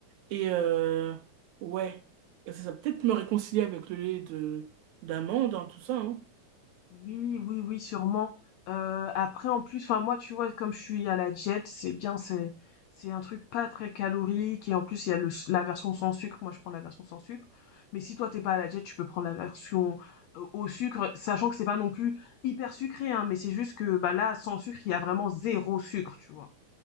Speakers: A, on the right (about 75°); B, on the left (about 85°).
A: Et euh, ouais, Et ça, ça va peut-être me réconcilier avec le lait de d'amande, hein, tout ça, hein.
B: Oui, oui, oui, sûrement. Heu, après, en plus, enfin, moi, tu vois, comme je suis à la diète, c'est bien, c'est c'est un truc pas très calorique et en plus, il y a le s la version sans sucre. Moi, je prends la version sans sucre, mais si toi, t'es pas à la diète, tu peux prendre la version, heu, au sucre, sachant que c'est pas non plus hyper sucré, hein, mais c'est juste que, bah, là, sans sucre, il y a vraiment zéro sucre, tu vois?